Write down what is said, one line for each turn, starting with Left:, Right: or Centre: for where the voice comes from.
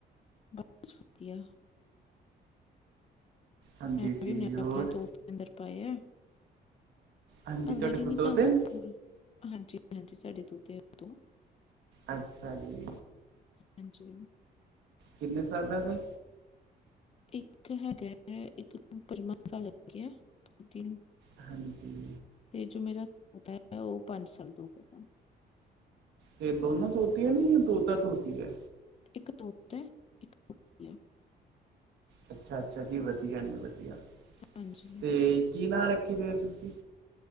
Left: ਬਸ ਵਧੀਆ।
Right: ਹਾਂਜੀ
Left: ਮੈ ਆਪਣੇ
Right: ਜੀ
Left: ਕੱਪਤੇ
Right: ਹੋਰ
Left: ਧੋ ਕੇ ਅੰਦਰ ਪਾਏ ਆ।
Right: ਹਾਂਜੀ
Left: ਅੰਦਰ
Right: ਤੁਹਾਡੇ ਕੋਲ
Left: ਹੀ ਨਹੀਂ
Right: ਤੋਤੇ
Left: ਜਾਂਦੇ
Right: ਨੇ
Left: ਕੋਈ। ਹਾਜੀ- ਹਾਂਜੀ ਸਾਡੇ ਤੋਤੇ ਤੋਂ -
Right: ਅੱਛਾ ਜੀ।
Left: ਹਾਂਜੀ।
Right: ਕਿੰਨੇ ਸਾਲਾਂ ਦੇ।
Left: ਇੱਕ ਹੈਗਾ ਹੈ ਇੱਕ ਪੰਜਵਾਂ ਸਾਲ ਗਿਆ। ਤੀਨ
Right: ਹਾਂਜੀ।
Left: ਤੇ ਜੋ ਮੇਰਾ ਤੋਤਾ ਹੈ ਉਹ ਪੰਜ ਸਾਲ ਤੋਂ ਹੋ ਗਿਆ।
Right: ਤੇ ਦੋਨਾਂ ਤੋਂ ਤੋਤਾ ਹੈ ਨ ਜਾਂ ਤੋਤਾ ਤੋਂ ਤੋਂਤੀ ਹੈ।
Left: ਇੱਕ ਤੋਤਾਂ ਹੈ ਇੱਕ ਤੋਤੀ।
Right: ਅੱਛਾ- ਅੱਛਾ। ਜੀ ਵਧੀਆ ਨੇ ਵਧੀਆ।
Left: ਹਾਂਜੀ,
Right: ਤੇ ਕੀ ਨਾਂ ਰੱਖੇ ਫੇਰ ਤੁਸੀਂ।